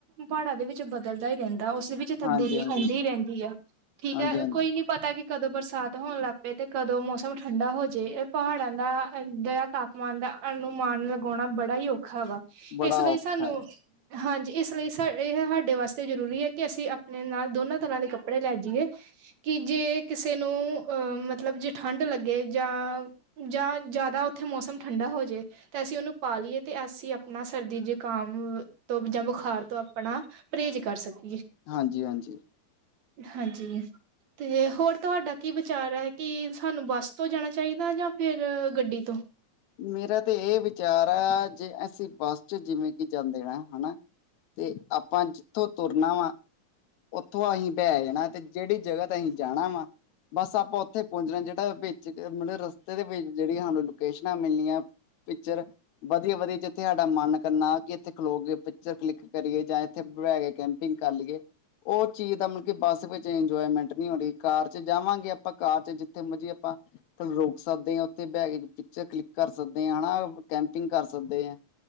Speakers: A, on the right; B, on the left.
A: ਪਹਾੜਾਂ ਦੇ ਵਿੱਚ ਬਦਲਦਾ ਹੀ ਰਹਿੰਦਾ ਹਾਂ ਉਸ ਵਿੱਚ ਤਬਦੀਲੀ
B: ਹਾਂਜੀ-ਹਾਂਜੀ,
A: ਆਉਂਦੀ ਹੀ ਰਹਿੰਦੀ ਆ ਠੀਕ
B: ਹਾਂਜੀ-ਹਾਂਜੀ,
A: ਹੈ ਕੋਈ ਨੀ ਪਤਾ ਕਿ ਕਦੋਂ ਬਰਸਾ ਸਾਥ ਹੋਣ ਲੱਗ ਪਏ ਤੇ ਕਦੋਂ ਮੌਸਮ ਠ <unintelligible> ਠੰਡਾ ਹੋ ਜਾਏ ਇਹ ਪਹਾੜਾਂ ਦਾ ਤਾਪਮਾਨ ਦਾ ਅਨੁਮਾਨ ਲਗਾਉਣਾ ਬੜਾ ਹੀ ਔਖ ਔਖਾ ਵਾ
B: ਬੜਾ
A: ਇਸ ਲਈ
B: ਔਖਾ
A: ਸਾਨੂੰ ਹਾਂਜੀ ਇਸ ਲਈ ਇਹ ਸਾਡੇ ਵਾਸਤੇ ਜ਼ਰੂਰੀ ਹੈ ਕਿ ਅਸੀਂ ਆਪਣੇ ਨਾਲ ਦੋਨਾਂ ਤਰ੍ਹਾਂ ਦੇ ਕੱਪੜੇ ਲੈ ਜਾਈਏ ਕਿ ਜੇ ਕਿਸੇ ਨੂੰ ਅਹ ਮਤਲਬ ਜੇ ਠੰਢ ਲੱਗੀ ਜਾਂ ਜਾਂ ਜ਼ਿਆਦਾ ਉੱਥੇ ਮੌਸਮ ਠੰਡਾ ਹੋ ਜਾਏ ਤੇ ਅਸੀਂ ਉਹਨੂੰ ਪਾ ਲਈਏ ਤੇ ਅਸੀਂ ਨਾ ਸਰਦੀ ਜ਼ੁਕਾਮ ਤੋਂ ਜਾਂ ਬੁਖਾਰ ਤੋਂ ਆਪਣਾ ਪਰਹੇਜ਼ ਕਰ ਸਕੇ
B: ਹਾਂਜੀ-ਹਾਂਜੀ
A: ਹਾਂਜੀ ਤੇ ਹੋਰ ਤੁਹਾਡਾ ਕੀ ਵਿਚਾਰ ਹੈ ਕਿ ਸਾਨੂੰ ਬਸ ਤੋਂ ਜਾਣਾ ਚਾਹੀਦਾ ਜਾਂ ਫਿਰ ਗੱਡੀ ਤੋਂ
B: ਮੇਰਾ ਤੇ ਇਹ ਵਿਚਾਰ ਆ ਜੇ ਅਸੀਂ ਬੱਸ ਚ ਜਿਵੇਂ ਕਿ ਜਾਂਦੇ ਦੇਣਾ ਹਨਾ ਤੇ ਆਪਾਂ ਜਿੱਥੋਂ ਤੁਰਨਾ ਵਾ <unintelligible> ਉੱਥੋਂ ਅਸੀਂ ਬਹਿ ਜਾਣਾ ਤੇ ਜਿਹੜੀ ਜਗ੍ਹਾ ਤੇ ਅਸੀਂ ਜਾਣਾ ਵਾ ਬਸ ਆਪਾਂ ਉੱਥੇ ਪਹੁੰਜਣਾ ਜਿਹੜੇ ਵਿੱਚ ਮਤਲਬ ਰਸਤੇ ਦੇ ਵਿੱਚ ਜਿਹੜੀਆਂ ਸਾਨੂੰ ਲੋਕੇਸ਼ਨਾਂ ਮਿਲਣੀਆਂ। ਪਿਕਚਰ ਵਧੀਆ-ਵਧੀਆ ਜਿੱਥੇ ਸਾਡਾ ਮਨ ਕਰਨਾ ਕਿ ਇੱਥੇ ਖਲੋਗੇ ਪਿਕਚਰ ਕਲਿੱਕ ਕਰੀਏ ਜਾਂ ਇੱਥੇ ਵੇ ਕੇ ਕੈਂਪਿੰਗ ਕਰ ਲਈਏ ਉਹ ਚੀਜ਼ ਦਾ ਮਤਲਬ ਕਿ ਬੱਸ ਵਿੱਚ ਇੰਜੋਏਮੈਂਟ ਨਹੀਂ ਹੋ ਰਹੀ ਕਾਰ ਚ ਜਾਵਾਂਗੇ ਆਪਾਂ ਕਾਰ ਚ ਜਿੱਥੇ ਮਰਜ਼ੀ ਆਪਾਂ ਰੋਕ ਸਕਦੇ ਹਾਂ ਉੱਥੇ ਬਹਿ ਪਿਕਚਰ ਕਲਿੱਕ ਕਰ ਸਕਦੇ ਹ ਹਨਾ ਕੈਂਪਿੰਗ ਕਰ ਸਕਦੇ ਆ,